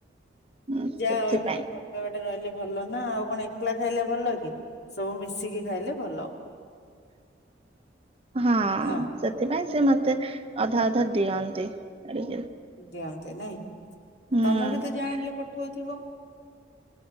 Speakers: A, on the right; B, on the left.
A: ଉଁ
B: ଯାହେଉ
A: ସେଥିପାଇଁ
B: ଏମିତି ଭଲପାଇବାଟା ରହିଲେ ଭଲ ନା ଆଉ, କଣ ଏକଲା ଖାଇଲେ ଭଲ କି ସବୁ ମିଶିକି ଖାଇଲେ ଭଲ।
A: ହଁ
B: ନା
A: ସେଥିପାଇଁ ସେ ମତେ ଅଧା ଅଧା ଦିଅନ୍ତି ଆଣିକିରି।
B: ଦିଅନ୍ତି ନାଇଁ,
A: ହୁଁ
B: ଆଉ ତମେ ବି ତ ଯାହା ଆଣିଲେ ପଠଉଥିବ?